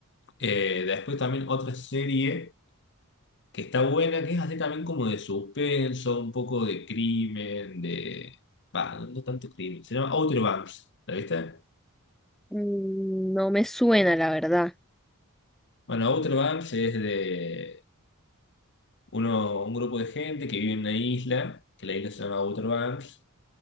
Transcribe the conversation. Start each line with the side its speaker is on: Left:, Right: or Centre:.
Left: Eh, después también otra serie que está buena, que es así también como de suspenso, un poco de crimen, de... Bah, no, no tanto crimen, se llama Outer Banks, ¿la viste?
Centre: Mm, No me suena, la verdad.
Left: Bueno, Outer Banks es de... uno, un grupo de gente que vive en una isla, que la isla se llama Outer Banks,